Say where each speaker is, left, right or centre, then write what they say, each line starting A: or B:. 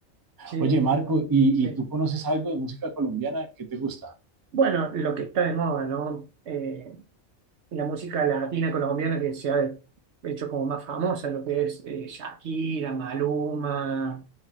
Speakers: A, on the right; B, on the right.
A: Sí,
B: Oye, Marco, ¿y,
A: sí.
B: y tú conoces algo de música colombiana? ¿Qué te gusta?
A: Bueno, lo que está de moda, ¿no? Eh, la música latina colombiana que se ha hecho como más famosa, lo que es eh, Shakira, Maluma,